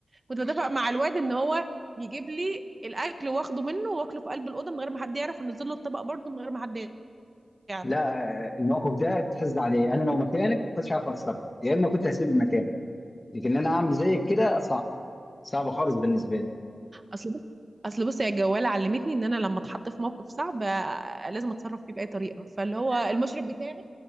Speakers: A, on the right; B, on the left.
A: كنت بتفق مع الواد ان هو يجيب لي الاكل واخده منه واكله في قلب الاوضه من غير ما حد يعرف ونزل له الطبق برضه من غير ما حد يعرف
B: لا آه، الموقف ده تحز عليه انا لو مكانك ما كنتش عارف اتصرف يا اما كنت هسيب المكان لكن انا اعمل زيك كده صعب صعب خالص بالنسبه لي
A: اصل بص- اصل بصي يا جواله علمتني ان انا لما اتحط في موقف صعب آه، لازم اتصرف فيه باي طريقه فاللي هو المشرف بتاعي